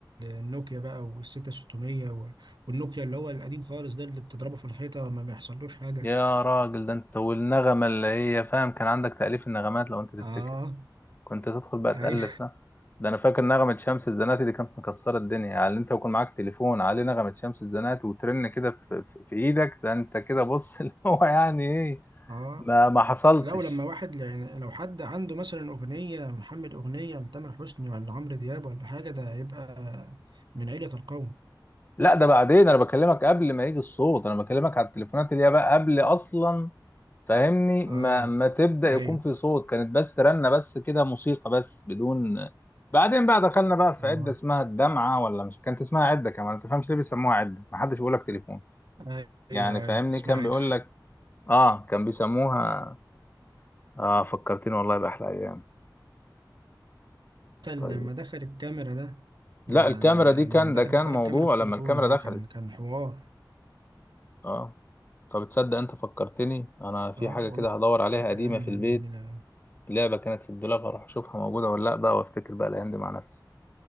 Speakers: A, on the right; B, on the left.
A: النوكيا بقى والستة 600 و- والنوكيا اللي هو القديم خالص ده اللي بتضربه في الحيطة ما بيحصلوش حاجة
B: يا راجل ده انت والنغمه اللي هي فاهم كان عندك تأليف النغمات لو انت تفتكر
A: اه
B: كنت تدخل بقى تألف
A: اي
B: لا ده انا فاكر نغمة شمس الزناتي دي كانت مكسرة الدنيا يعني انت يكون معاك تليفون عليه نغمة شمس الزناتي وترن كده في, في, في ايدك ده انت كده بص <laughs> اللي هو يعني ايه
A: اه
B: ما ما حصلتش
A: لو لما واحد يعني لو حد عنده مثلا أغنية محمد أغنية لتامر حسني ولا عمرو دياب ولا حاجة ده هيبقى من عيلة القوم
B: لا ده بعدين انا بكلمك قبل ما يجي الصوت انا بكلمك على التليفونات اللي هي بقى قبل اصلا فاهمني ما
A: اه
B: ما تبدأ
A: ايوه
B: يكون في صوت كانت بس رنة بس كده موسيقى بس بدون بعدين بقى دخلنا بقى في
A: اه
B: عدة اسمها الدمعة ولا مش كانت اسمها عدة كمان ما تفهمش ليه بيسموها عدة ما حدش بيقول لك تليفون
A: ايوه
B: يعني
A: ايوه
B: فاهمني
A: اسمع
B: كان بيقول لك اه كان بيسموها اه فكرتني والله بأحلى ايام
A: دخل
B: طيب
A: لما دخل الكاميرا ده يعني
B: لا الكاميرا
A: لما
B: دي كان
A: دخلت
B: ده كان
A: حوار
B: موضوع
A: الكاميرا في التليفون
B: لما الكاميرا
A: ده
B: دخلت
A: كان كان حوار
B: اه طب تصدق انت فكرتني انا في
A: اه
B: حاجة
A: والله
B: كده هدور عليها
A: كانت
B: قديمة
A: ايام
B: في البيت
A: جميله أوي.
B: لعبة كانت في الدولاب هروح اشوفها موجودة ولا لا بقى وافتكر بقى الايام دي مع نفسي